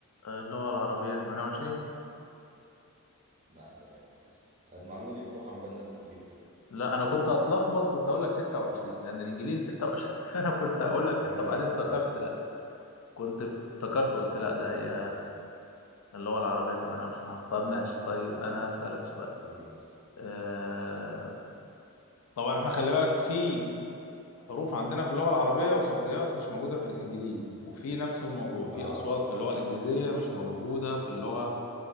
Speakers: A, on the left (about 75°); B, on the right (about 30°).
A: آه، اللغة العربية 28
B: لا تمام ماشي المعلومة دي بتروح عن بال ناس كتير بس
A: لا انا كنت هتلخبط كنت اقول لك 26 لان الانجليزي 26 <laughs> فانا كنت اقول لك 6
B: الانجليزي
A: وبعدين
B: 26
A: افتكرت لا كنت افت- افتكرت قلت لا
B: لا
A: ده هي
B: تمام
A: اللغة العربية 28 حرف طب ماشي طيب أنا هسألك سؤال
B: ايه يا باشا
A: أه... طبعا احنا خلي بالك في حروف عندنا في اللغة العربية وصوتيات مش موجودة في الإنجليزي وفي نفس الموضوع
B: اه
A: في أصوات في اللغة الإنجليزية مش موجودة في اللغة